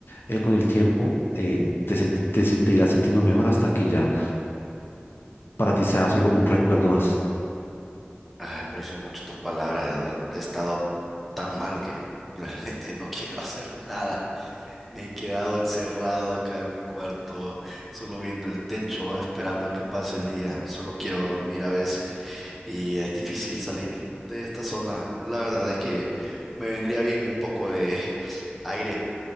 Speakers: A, on the left; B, in the centre.
A: eh, con el tiempo eh, te, sent- te, si- te irás sintiendo mejor hasta que ya para ti sea solo un recuerdo más.
B: Ah, aprecio mucho tus palabras, Eduardo. He estado tan mal que <laughs> realmente no quiero hacer nada. Me he quedado encerrado acá en mi cuarto, solo viendo el techo, esperando a que pase el día. Solo quiero dormir a veces y es difícil salir de esta zona. La verdad es que me vendría bien un poco de aire